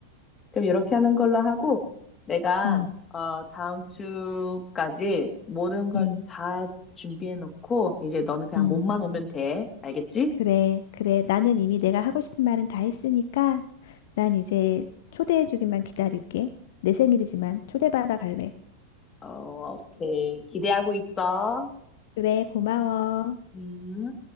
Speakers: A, on the left; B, on the left.
A: 그럼 이렇게 하는 걸로 하고, 내가,
B: 음,
A: 어, 다음 주까지 모든 걸
B: 음,
A: 다 준비해놓고, 이제 너는 그냥
B: 음.
A: 몸만 오면 돼. 알겠지?
B: 그래, 그래. 나는 이미 내가 하고 싶은 말은 다 했으니까 난 이제 초대해주기만 기다릴게. 내 생일이지만 초대받아 갈래.
A: 어, 오케이. 기대하고 있어.
B: 그래, 고마워.
A: 음.